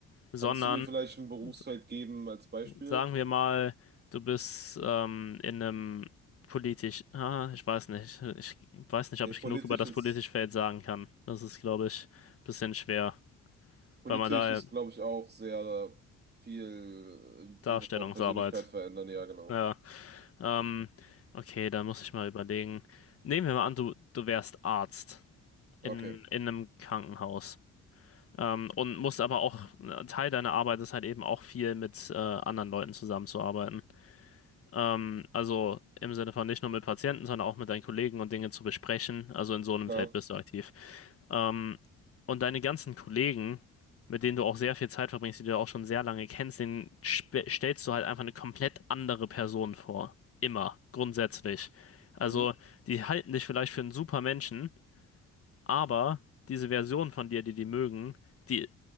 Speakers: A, on the left; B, on the right.
A: sondern
B: Kannst du mir vielleicht ein Berufsfeld
A: s-
B: geben als Beispiel?
A: sagen wir mal, du bist ähm, in einem politisch, ah, ich weiß nicht, ich weiß nicht,
B: Nee,
A: ob ich
B: politisch
A: genug über das
B: ist
A: politische Feld sagen kann. Das ist, glaube ich, ein bisschen schwer,
B: Politisch
A: weil man da
B: ist,
A: ja
B: glaube ich, auch sehr viel äh, im
A: Darstellungsarbeit,
B: Sinne von Persönlichkeit verändern. Ja, genau.
A: ja, ähm, okay, da muss ich mal überlegen. Nehmen wir mal an, du, du wärst Arzt. in,
B: Okay,
A: in einem Krankenhaus. Ähm, und musst aber auch, Teil deiner Arbeit ist halt eben auch viel mit äh, anderen Leuten zusammenzuarbeiten. Ähm, also im Sinne von nicht nur mit Patienten, sondern auch mit deinen Kollegen und Dinge zu besprechen. Also in so einem
B: klar.
A: Feld bist du aktiv. Ähm, und deine ganzen Kollegen, mit denen du auch sehr viel Zeit verbringst, die du ja auch schon sehr lange kennst, denen sp- stellst du halt einfach eine komplett andere Person vor. Immer, grundsätzlich. Also
B: Mhm.
A: die halten dich vielleicht für einen super Menschen aber diese Version von dir, die die mögen, die